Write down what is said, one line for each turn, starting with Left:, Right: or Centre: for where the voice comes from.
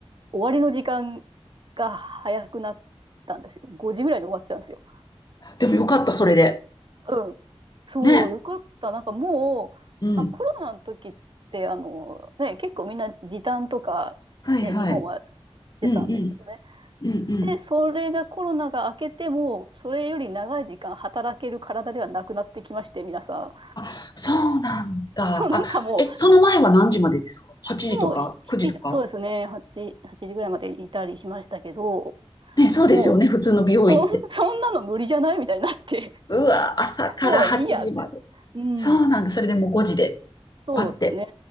Right: 終わりの時間が早くなったんですよ。5時ぐらいに終わっちゃうんですよ。
Left: でもよかった、それで。
Right: うん。そう、
Left: ね。
Right: よかった。なんかもう、
Left: うん。
Right: あ、コロナの時って、あの、ね、結構みんな時短とか、
Left: はいはい。
Right: ね、日本はしてたんですよね。
Left: うんうん。うんうん。
Right: で、それがコロナが明けても、それより長い時間働ける体ではなくなってきまして、皆さん。
Left: あ、そうなんだ。
Right: <laughs> そう、
Left: あ、
Right: なんかもう、
Left: え、その前は何時までですか ?8
Right: でも、
Left: 時とか9時とか
Right: ししちそうですね、8、8時ぐらいまでいたりしましたけど、
Left: ね、そうですよね。
Right: もう、
Left: 普通の美容院って。
Right: そん、<laughs> そんなの無理じゃないみたいになって、
Left: うわ、朝から8時まで。
Right: <laughs> もういいやって。うん、
Left: そうなんだ。それでもう5時で、
Right: そうですね。
Left: バッて。